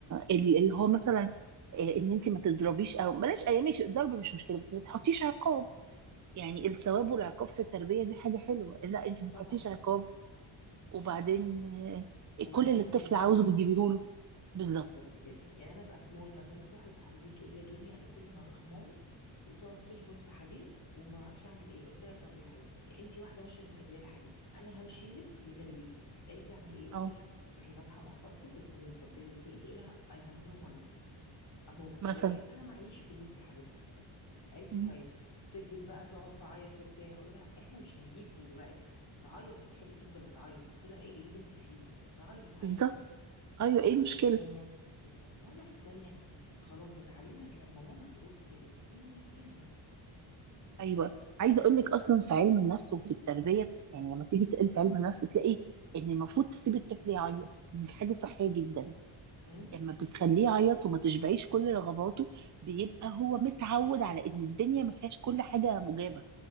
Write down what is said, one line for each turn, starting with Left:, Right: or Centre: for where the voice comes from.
Right: ال- اللي هو مثلا آه، ان انت ما تضربيش او بلاش اي ماشي الضرب مش مشكله بس ما تحطيش عقاب يعني الثواب والعقاب في التربيه دي حاجه حلوه لا انت ما
Left: طبعا
Right: تحطيش عقاب وبعدين
Left: صح صح
Right: آه،
Left: وبعد
Right: كل
Left: كده
Right: اللي الطفل
Left: ترجعي فيه
Right: عاوزه بتجيبيه له بالظبط
Left: بالظبط كده يعني انا بقى في مول مثلا لسه واحده صاحبتي بتقول لي يا دنيا انا كل ما اروح مول بتقعد تشبط في حاجات وما بعرفش اعمل ايه قلت لها طب يا حبيبتي انت واحده ماشيه بالتربيه الحديثه انا همشي لك بتربيتك قالت لي اعمل ايه قلت
Right: اه
Left: لها تروحي فاتحه محفظتك وتكوني مفضيه الفلوس وقولي لها اي هاف نو ماني اهو
Right: مثلا
Left: واحد انا معيش فلوس يا حبيبتي قالت
Right: مم.
Left: لي طيب فضلت بقى تقعد تعيط وبتاع قولي لها احنا مش هنجيب دلوقتي تعيط تتحرق تفضل بتعيط قلت لها ايه إيه اللي انت فيه ده تعيط عادي
Right: بالظبط ايوه
Left: مرة
Right: ايه المشكله
Left: في التانية بالظبط مرة في التانية خلاص اتعلمت لما ماما تقول كلمة هي دي الكلمة
Right: ايوه عايزه اقول لك اصلا في علم النفس وفي التربيه يعني لما تيجي تقل في علم النفس تلاقي ان المفروض تسيب الطفل يعيط دي حاجه صحيه جدا
Left: أم؟
Right: لما بتخليه يعيط وما تشبعيش كل رغباته بيبقى
Left: أم.
Right: هو متعود على ان الدنيا ما فيهاش كل حاجه مجابه